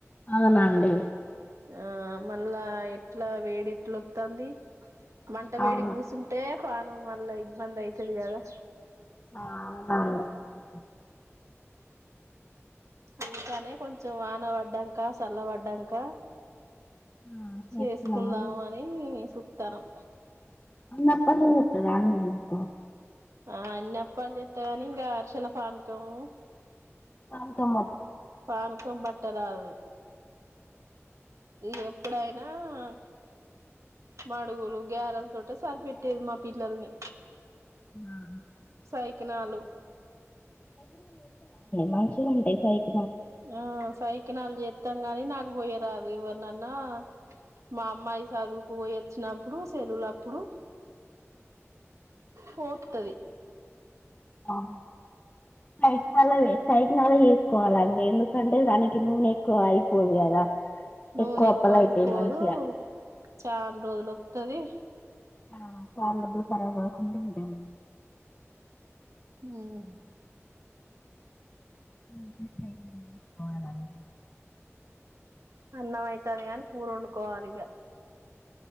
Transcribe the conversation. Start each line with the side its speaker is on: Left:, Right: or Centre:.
Left: అవునాండి
Right: ఆ మళ్ళా ఎట్లా వేడి ఎట్లొత్తాంది మంట వేడి
Left: అవును
Right: కూసుంటే పానం మళ్ళా ఇబ్బంది అయితదికదా
Left: ఆ అవునండి
Right: ఇంకనే కొంచెం వాన పడ్డాంక చల్ల పడ్డాంక
Left: ఆ, చేసుకున్నామని
Right: చేసుకుందాము అని సూత్తానం
Left: అన్నప్పలే <unintelligible> మీకు
Right: ఆ అన్నప్పాల్ చేత్తగాని ఇంకా అరిచల పానకము
Left: పానకం
Right: పానకం బట్ట రాదు ఇ ఎప్పుడైనా ఆ మాడుగులు గ్యారెల్ తోటే సరిపెట్టేది మా పిల్లల్ని
Left: ఆ
Right: కైకునాలు
Left: మంచిగుంటాయి కైకు
Right: ఆ సైకినాలు చేత్తాం గాని నాకు పోయే రాదు ఎవరినన్నా మా అమ్మాయి సదువుకుపోయొచ్చినప్పుడు సెలువులప్పుడు పోతది
Left: అ సైకినాల సైకినాలు చేసుకోవాలండి ఎందుకంటే దానికి నూనె ఎక్కువ అయిపోదు కదా
Right: నూనె ఎక్కువ
Left: అప్పలు అయితాయి
Right: అయిపోదు
Left: మంచిగా
Right: చాలా రోజులు వస్తుది
Left: ఆ కార్లులు పరవగా కుంట విదమ
Right: హమ్
Left: హు హు టైం మీద చేసుకోవాలి అన్ని
Right: అన్నం అవుతుది కాగాని కూరు వండుకోవాలి ఈగ